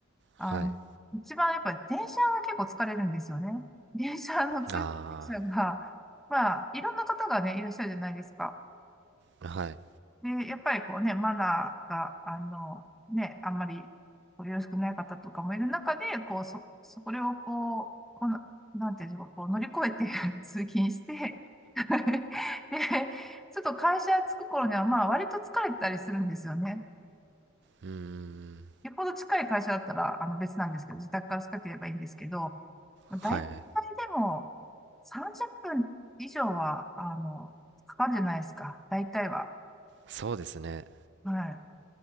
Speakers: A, in the centre; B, on the right.
A: あの、
B: はい。
A: 一番やっぱり電車は結構疲れるんですよね。電車の通勤者が、
B: あ
A: まあ、いろんな方がね、いらっしゃるじゃないですか。
B: あ、はい。
A: で、やっぱりこうね、マナーが、あの、ね、あんまりこうよろしくない方とかもいる中で、こう、そ、そこれをこう、この、なんていうんですか、こう乗り越えて <laughs> 通勤して <laughs> で、ちょっと会社着く頃には、まあ、割と疲れてたりするんですよね。
B: うーん。
A: よっぽど近い会社だったら、あの、別なんですけど、自宅から近ければいいんですけど、大体でも、
B: はい。
A: 30分以上は、あの、かかるじゃないですか。大体は。
B: そうですね。
A: はい。